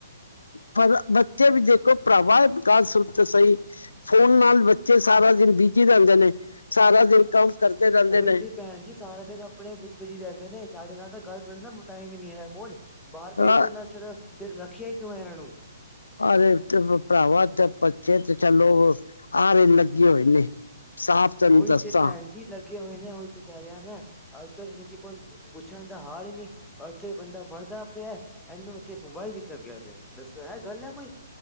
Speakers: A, on the left; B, in the centre.
A: ਪਰ ਬੱਚੇ ਵੀ ਦੇਖੋ ਭਰਾਵਾ, ਅਧ ਗਲ ਸੁਨ ਤੇ ਸਹੀ ਫੋਨ ਨਾਲ ਬੱਚੇ ਸਾਰਾ ਦਿਨ ਬਿਜੀ ਰਹਿੰਦੇ ਨੇ, ਸਾਰਾ ਦਿਨ ਕੰਮ ਕਰਦੇ ਰਹਿੰਦੇ
B: ਉਹੀ
A: ਨੇ।
B: ਤੇ ਭੈਣ ਜੀ ਸਾਰਾ ਦਿਨ ਆਪਣੇ ਵਿੱਚ ਬਿਜੀ ਰਹਿੰਦੇ ਨੇ ਸਾਡੇ ਨਾਲ ਤਾਂ ਗੱਲ ਕਰਨ ਦਾ ਮ ਟਾਈਮ ਹੀ ਨੀ ਇਹਨਾਂ ਕੋਲ। ਬਾਹਰ ਭੇਜ
A: ਅ
B: ਦੇ ਨਾਲ ਚੱਲ, ਫੇਰ ਰੱਖਿਆ ਈ ਕਿਉਂ ਏ ਇਹਨਾਂ ਨੂੰ।
A: ਅਰੇ ਤੇ ਭਰਾਵਾ ਤੇ ਬਰਚੇ ਤੇ ਚਲੋ ਆਰੇ ਲੱਗੇ ਹੋਏ ਨੇ। ਸਾਫ਼ ਤੇਨੂੰ
B: ਉਹੀ
A: ਦੱਸਾਂ।
B: ਤੇ ਭੈਣ ਜੀ ਲੱਗੇ ਹੋਏ ਨੇ ਉਈ ਤੇ ਕਹਿ ਰਿਹਾ ਮੈਂ ਅੱਜ ਕੱਲ ਕਿਸੇ ਕੋਲ ਪੁੱਛਣ ਦਾ ਹਾਰ ਹੀ ਨਹੀਂ। ਉੱਥੇ ਬੰਦਾ ਮਰਦਾ ਪਿਆ, ਇਹਨੂੰ ਉੱਥੇ ਮੁੰਬਾਈਲ ਵਿੱਚ ਲੱਗਿਆ ਪਿਆ ਦੱਸੋ ਇਹ ਗੱਲ ਹੈ ਕੋਈ।